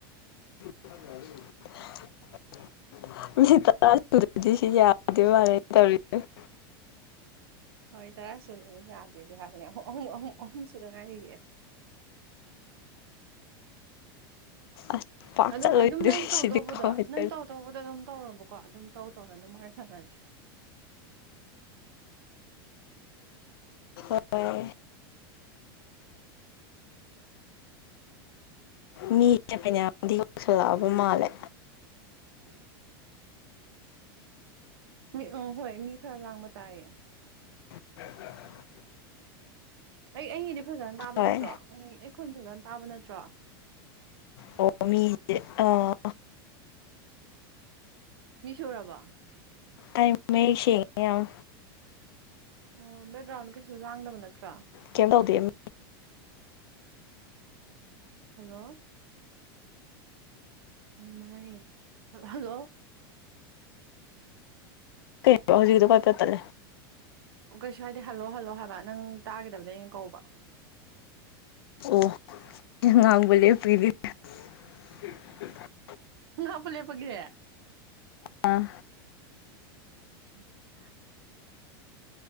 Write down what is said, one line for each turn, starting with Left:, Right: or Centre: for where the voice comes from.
Left: <inaudible> <unintelligible>
Right: ꯍꯣꯏ ꯇꯔꯥ ꯁꯨꯗꯔꯗꯤ ꯌꯥꯗꯦꯗꯤ ꯍꯥꯏꯕꯅꯦ ꯑꯍꯨꯝ ꯑꯍꯨꯝ ꯑꯍꯨꯝ ꯁꯨꯗ ꯉꯥꯏꯔꯤꯌꯦ
Left: ꯑꯁ ꯄꯥꯛ
Right: ꯑꯗꯨꯝ
Left: ꯆꯠꯂꯣꯏꯗꯣꯏ
Right: ꯑꯗꯨꯝ ꯅꯪ ꯇꯧꯗꯧꯕꯗꯣ
Left: ꯁꯤꯗꯤ ꯀꯃꯥꯏ
Right: ꯅꯪ
Left: ꯇꯧꯅꯤ
Right: ꯇꯧꯗꯧꯕꯗꯣ ꯑꯗꯨꯝ ꯇꯧꯔꯣꯕꯀꯣ ꯑꯗꯨꯝ ꯇꯧ ꯇꯧꯅ ꯑꯗꯨꯝ ꯋꯥꯔꯤ ꯁꯥꯅꯁꯦ
Left: ꯍꯣꯏ ꯃꯤꯁꯦ ꯐꯅꯌꯥꯝꯗꯤ ꯌꯧꯁꯜꯂꯛꯑꯕ ꯃꯥꯜꯂꯦ
Right: <inaudible> ꯃꯤ ꯑ ꯍꯣꯏ ꯃꯤ ꯈꯔ ꯂꯥꯡꯕ ꯇꯥꯏꯌꯦ
Left: <inaudible>
Right: ꯑꯩ ꯑꯩꯒꯤꯗꯤ ꯐꯖꯅ ꯇꯥꯕ
Left: ꯍꯣꯏ
Right: ꯅꯠꯇ꯭ꯔꯣ ꯑꯩꯒꯤ ꯈꯣꯟ ꯐꯖꯅ ꯇꯥꯕ ꯅꯠꯇ꯭ꯔꯣ
Left: ꯑꯣ ꯃꯤ ꯑꯥ
Right: ꯃꯤ ꯁꯨꯔꯕꯣ
Left: ꯑꯩ ꯃꯥꯌꯦꯛ ꯁꯦꯡꯑꯦ ꯌꯥꯝ
Right: ꯑꯣ ꯕꯦꯛꯒ꯭ꯔꯥꯎꯟꯗꯨ ꯀꯩꯁꯨ ꯂꯥꯡꯗꯕ ꯅꯠꯇ꯭ꯔꯣ
Left: ꯀ꯭ꯌꯥꯝ ꯇꯧꯗꯦ ꯑꯎ
Right: ꯍꯜꯂꯣ ꯎꯃꯥꯏ ꯍꯜꯂꯣ
Left: ꯀꯩꯍꯥꯏꯕ ꯍꯧꯖꯤꯛꯀꯤꯗꯣ ꯄꯠꯄꯠ ꯇꯠꯂꯦ
Right: ꯑꯣ ꯀꯩꯁꯨ ꯍꯥꯏꯗꯦ ꯍꯜꯂꯣ ꯍꯜꯂꯣ ꯍꯥꯏꯕ ꯅꯪ ꯇꯥꯒꯤꯗꯕꯗꯩ ꯑꯩꯅ ꯀꯧꯕ
Left: ꯑꯣ ꯉꯥꯡꯕ ꯂꯦꯞꯄꯤꯕꯤ <inaudible>
Right: ꯉꯥꯛꯄ ꯂꯦꯞꯄꯒꯤ ꯑꯦ
Left: ꯑꯥ
Right: ꯃꯩꯊꯠ